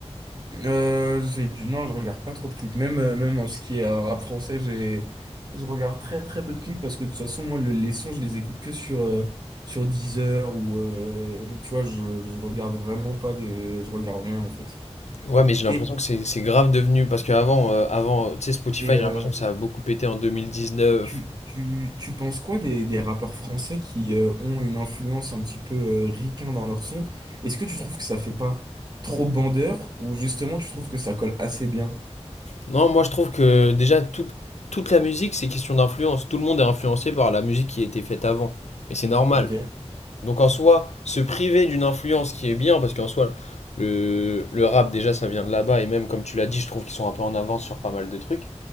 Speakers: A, on the right; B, on the left.
A: Euh, j'ai du non, je regarde pas trop de clips. Même, euh, même en ce qui est euh, rap français, j'ai je regarde très très peu de clips parce que de toute façon, moi, le- les sons, je les écoute que sur euh, sur Deezer ou euh, donc tu vois, je, je regarde vraiment pas de, je regarde rien en fait.
B: Ouais, mais j'ai l'impression
A: Et
B: que c'est c'est grave devenu. Parce qu'avant, avant, euh, avant, tu sais, Spotify,
A: et
B: j'ai
A: euh,
B: l'impression que ça a beaucoup pété en deux mille dix neuf
A: tu tu tu penses quoi des, des rappeurs français qui euh, ont une influence un petit peu euh, ricain dans leur son? Est-ce que tu trouves que ça fait pas trop bandeur ou justement tu trouves que ça colle assez bien?
B: Non, moi je trouve que déjà tout- toute la musique c'est question d'influence. Tout le monde est influencé par la musique qui a été faite avant. Et c'est normal.
A: Ok.
B: Donc en soi, se priver d'une influence qui est bien, parce qu'en soi, le, le rap déjà ça vient de là-bas, et même comme tu l'as dit, je trouve qu'ils sont un peu en avance sur pas mal de trucs.